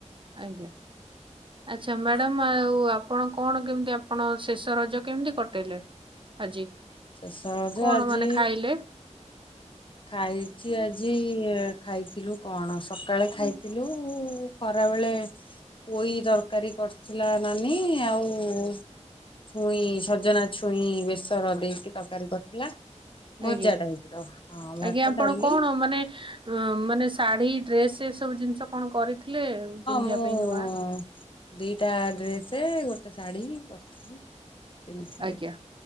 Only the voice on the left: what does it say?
ଶେଷ ରଜ
ଆଜି
ଖାଇଚି ଆଜି ଖାଇଥିଲୁ କଣ ସକାଳେ ଖାଇଥିଲୁ ଖରାବେଳେ ପୋଇ ତରକାରୀ କରୁଥିଲା ନାନୀ ଆଉ ଛୁଇଁ ସଜନା ଛୁଇଁ ବେସର ଦେଇକି ତରକାରୀ କରିଥିଲା। ଭଜା
ଟାଇପ ର। ହଁ ଭାତ
ଡାଲି
ମୁଁ
ହଁ। ଦିଟା ଡ୍ରେସେ ଗୋଟେ ଶାଢୀ କରିଥିଲି ପିନ୍ଧିଥିଲି।